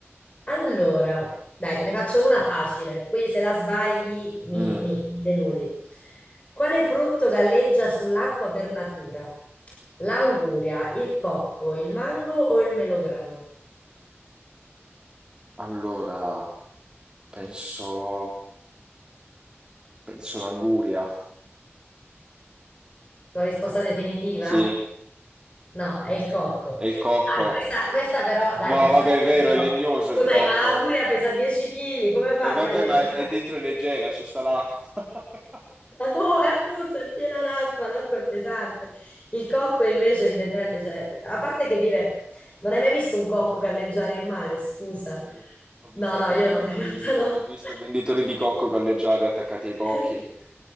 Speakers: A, on the left (about 30°); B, on the right (about 20°).
A: Allora, dai, te ne faccio una facile. Qui se la sbagli mi,
B: Mm,
A: mi- mi deludi. Quale frutto galleggia sull'acqua per natura? L'anguria, il cocco, il mango o il melograno?
B: allora, penso... penso l'anguria.
A: Tua risposta definitiva?
B: Sì,
A: No, è il cocco.
B: è il cocco.
A: Dai, questa, questa però, dai,
B: No,
A: questa
B: vabbè,
A: qui
B: è vero,
A: però.
B: è legnoso
A: Scusami,
B: il cocco.
A: ma l'anguria pesa 10 kg, come fa
B: E vabbè,
A: a galleggiare?
B: ma è dentro è leggera, ci sta l'acqua. <laughs>
A: La co- è appunto, è piena d'acqua, l'acqua è pesante. Il cocco invece, evidentemente, cioè, a parte che vive, non hai mai visto un cocco galleggiare in mare, scusa.
B: Sì, ho visto
A: No, no,
B: anche
A: io
B: i venditori
A: no, in realtà
B: di,
A: no.
B: ho visto i venditori di cocco galleggiare attaccati ai cocchi.
A: <laughs>